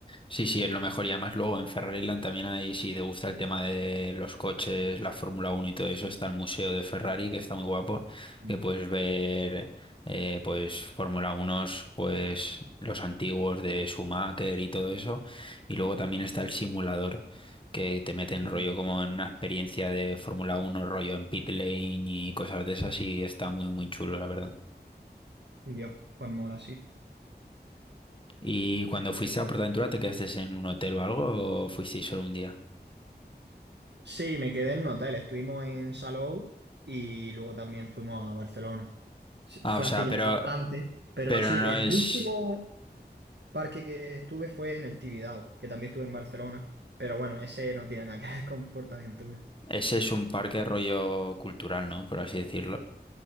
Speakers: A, on the left; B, on the right.
A: Sí, sí, es lo mejor. Y además luego en Ferrariland también hay, si te gusta el tema de los coches, la Fórmula Uno y todo eso, está el Museo de Ferrari, que está muy guapo,
B: Mm,
A: que puedes ver eh, pues Fórmula 1, pues los antiguos de Schumacher y todo eso. Y luego también está el simulador, que te mete en
B: mm.
A: rollo como en una experiencia de Fórmula Uno, rollo en pit lane y cosas de esas, y está muy, muy chulo, la verdad.
B: Dios, pues mola, sí.
A: ¿Y cuando fuiste a PortAventura te quedaste en un hotel o algo o fuisteis solo un día?
B: Sí, me quedé en un hotel, estuvimos en Salou y luego también fuimos a Barcelona. Sí,
A: Ah,
B: Fue
A: o sea,
B: hace ya
A: pero,
B: bastante, pero
A: Pero
B: sí,
A: no
B: el
A: es...
B: último parque que estuve fue en el Tibidabo, que también estuve en Barcelona, pero bueno, ese no tiene nada que ver con PortAventura.
A: Ese es un parque rollo cultural, ¿no? Por así decirlo.